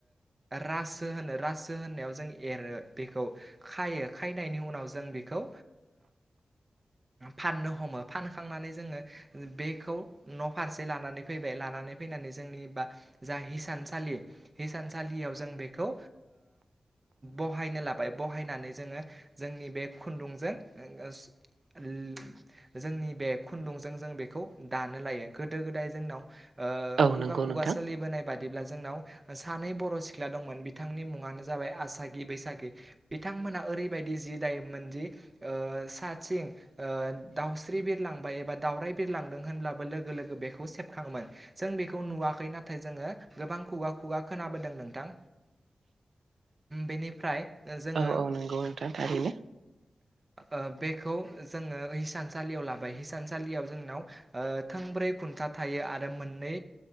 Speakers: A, on the right; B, on the right.
A: राजो होनो राजो होननायाव जों एरो बेखौ खायो खायनायनि उनाव जों बेखौ फाननो हमो फानखांनानै जोङो बेखौ न' फारसे लानानै फैबाय लानानै फैनानै जोंनि बा जा हिसानसालि हिसानसालियाव जों बेखौ बहायनो लाबाय बहायनानै जोङो जोंनि बे खुन्दुंजों <inaudible> जोंनि बे खुन्दुंजों जों बेखौ दानो लायो गोदो गोदाय जोंनाव ओ
B: औ
A: खुगा
B: नंगौ
A: खुगा
B: नोंथां
A: सोलिबोनाय बादि जोंनाव सानै बर' सिख्ला दंमोन बिथांनि मुङानो जाबाय आसागि बैसागि बिथां बिथांमोना ओरैबायदि जि दायोमोनदि ओ सा ओ साथिं दाउस्रि बिरलांबाय एबा दाावरराय बिरलांदों होनब्लाबो लोगो लोगो बेखौ सेबखाङोमोन जों बेखौ नुवाखै नाथाय जोङो गोबां खुगा खुगा खोनाबोदों नोंथां बेनिफ्राय जोङो
B: औ औ नंगौ नोंथा थारैनो
A: ओ बेखौ जोङो हिसानसालियाव लाबाय हिसानसालियाव जोंनाव थोंब्रै खुन्था थायो मोननै